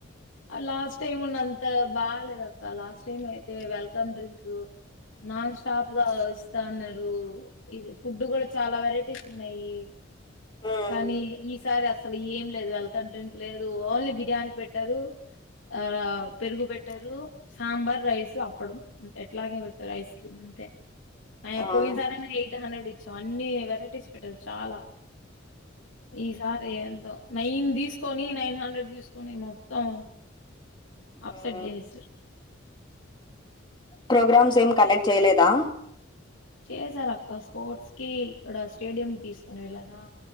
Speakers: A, on the left; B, on the left.
A: లాస్ట్ టైమ్ ఉన్న అంత బాగాలేదు అక్క లాస్ట్ టైమ్ అయితే వెల్కమ్ డ్రింక్ నాన్ స్టాప్ గా ఇస్తాన్నారు ఇ ఫుడ్ కూడా చాలా వెరైటీస్ ఉన్నాయి
B: మ్మ్
A: కానీ ఈసారి అసలు ఏం లేదు వెల్కమ్ డ్రింక్ లేదు ఓన్లీ బిర్యానీ పెట్టారు ఆ పెరుగు బెట్టరు సాంబార్ రైస్ అప్పుడు ఎట్లాగే పెట్టారు ఐస్ క్రీమ్ అంతే న
B: ఆ
A: పోయిన సారేనా ఎయిట్ హండ్రెడ్ ఇచ్చాం అన్ని వెరైటీస్ పెట్టారు చాలా ఈ సారి ఎంతో నైన్ తీసుకొని నైన్ హండ్రెడ్ తీసుకొని మొత్తం అప్సెట్
B: మ్మ్
A: చేససారు
B: ప్రోగ్రామ్స్ ఏం కండక్ట్ చేయలేదా
A: చేసారు అక్క స్పోర్ట్స్ కి ఇక్కడ స్టేడియం తీసుకుని వెళ్ళారా